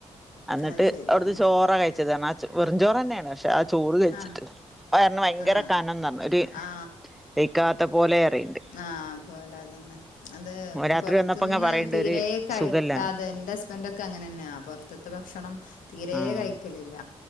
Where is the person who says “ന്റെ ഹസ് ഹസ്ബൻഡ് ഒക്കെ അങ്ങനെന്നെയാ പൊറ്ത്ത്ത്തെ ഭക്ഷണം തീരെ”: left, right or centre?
Left